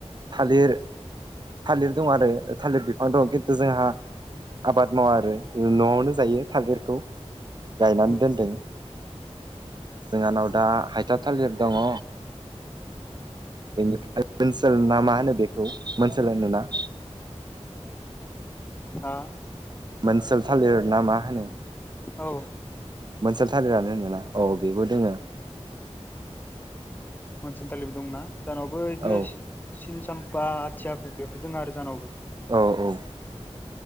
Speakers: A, on the right; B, on the left.
A: थालिर थालिर दं आरो थालिर बिफां दं खिन्थु जोंहा आबाद मावा आरो न'आवनो जायो थालिरखौ गायनानै
B: औ
A: दोनदों। जोंहानाव दा हाइथा थालिर दङ। बेनिफ्राय ओनसोल ना मा होनो बेखौ ओसोल होनो।
B: <inaudible>
A: मोनओसोल थालिर ना मा होनो।
B: औ।
A: मोनसल थारिरानो होनदोंना औ बेबो दोङो
B: मोनसोलथालिबो दंनाा जोंनावबो बिदिनो
A: औ
B: सिन साम्फा आथिया बेफोर दङ आरो जोंनावबो
A: औ औ।